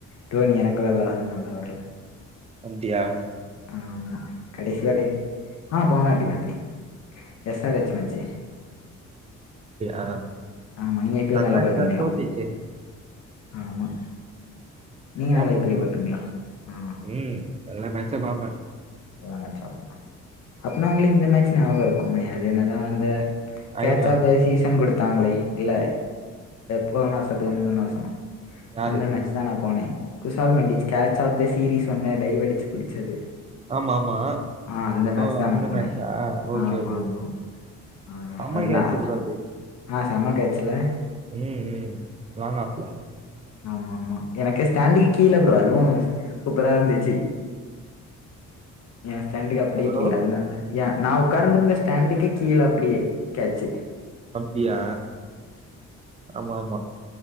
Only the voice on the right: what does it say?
அப்டியாகுது
அப்டியா
அந்த
மேட்ச்
நான் தோத்துச்சு
பார்ப்போம்
ப்ரோ
ம் எல்லா மேச்சு பாப்பே
அயர்லாண்டா
யாருக்கு
ஆமா ஆமா
ஓ
அந்த
மேச்சா ஓகே
ஓகே
ஓகே
சம்ம
கேச்சு
ப்ரோ அது
ம் ம் லாங் ஆஃப்ல
என்ன ப்ரோ
அப்டியா ஆமா ஆமா